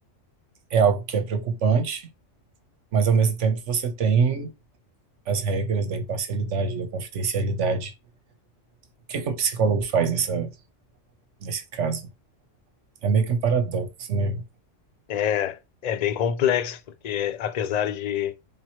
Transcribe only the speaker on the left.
Uhum.
É, é bem complexo, porque apesar de,